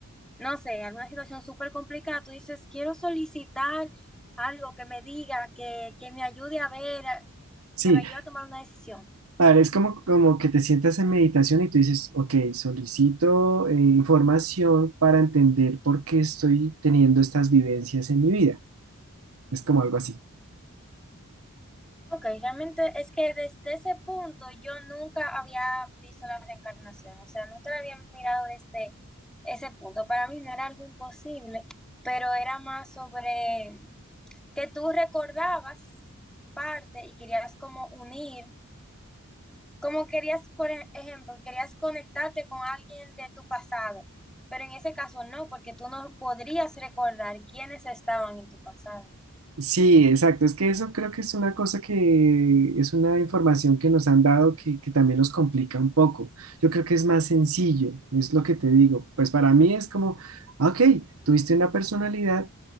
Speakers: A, in the centre; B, on the right (about 70°).
A: no sé, alguna situación súper complicada, tú dices, quiero solicitar algo que me diga, que, que me ayude a ver, a-
B: sí,
A: que me ayude a tomar una decisión.
B: Vale, es como, como que te sientas en meditación y tú dices, ok, solicito eh, información para entender por qué estoy teniendo estas vivencias en mi vida. Es como algo así.
A: Ok, realmente es que desde ese punto yo nunca había visto la reencarnación, o sea, nunca la había mirado desde ese punto. Para mí no era algo imposible, pero era más sobre que tú recordabas parte y querías como unir Como querías, por ej- ejemplo, querías conectarte con alguien de tu pasado, pero en ese caso no, porque tú no podrías recordar quiénes estaban en tu pasado.
B: Sí, exacto. Es que eso creo que es una cosa que es una información que nos han dado que, que también nos complica un poco. Yo creo que es más sencillo, es lo que te digo. Pues para mí es como, ah, ok, tuviste una personalidad.